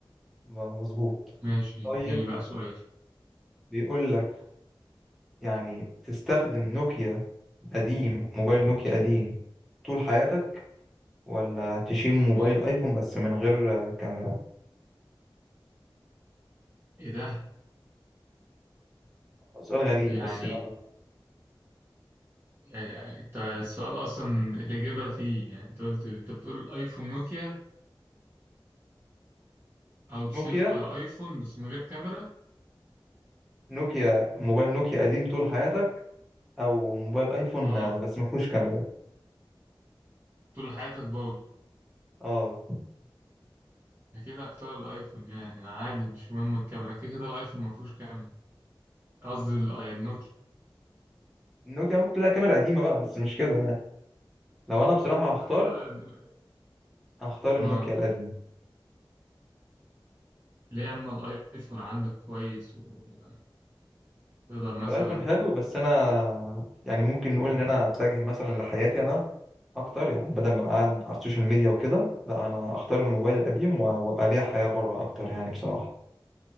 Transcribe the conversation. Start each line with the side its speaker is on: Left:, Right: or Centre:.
Centre: م- مظبوط
Right: ماشي
Centre: طيب
Right: اديني بقى سؤال
Centre: بيقول لك يعني تستخدم نوكيا قديم موبايل نوكيا قديم طول حياتك ولا تشيل موبايل
Right: ماشي.
Centre: ايفون بس من غير آه، كاميرا
Right: إيه ده؟
Centre: سؤال غريب
Right: يعني
Centre: بس يلا
Right: يعني أنت السؤال أصلا الإجابة فيه يعني أنت قلت أنت بتقول أيفون نوكيا او تشيل
Centre: نوكيا
Right: آه، ايفون بس من غير كاميرا
Centre: نوكيا موبايل نوكيا قديم طول حياتك او موبايل ايفون
Right: اه
Centre: آه، بس ما فيهوش كاميرا
Right: طول حياتك برضه
Centre: اه
Right: اكيد هختار الايفون يعني عادي مش مهم الكاميرا كده كده الايفون ما فيهوش كاميرا قصدي ال- آه، النوكيا
Centre: النوكيا ممكن تلاقي كاميرا قديمه بقى بس مش كده يعني لو انا بصراحه هختار
Right: اما
Centre: هختار النوكيا
Right: اه
Centre: القديم
Right: ليه اما الايفون عندك كويس وتقدر مثلا
Centre: هو الايفون حلو بس انا يعني ممكن نقول ان انا اتجه مثلا لحياتي انا اكتر يعني بدل ما ابقى قاعد على السوشيال ميديا وكده لا انا اختار الموبايل القديم و- وابقى ليا حياه بره اكتر يعني بصراحه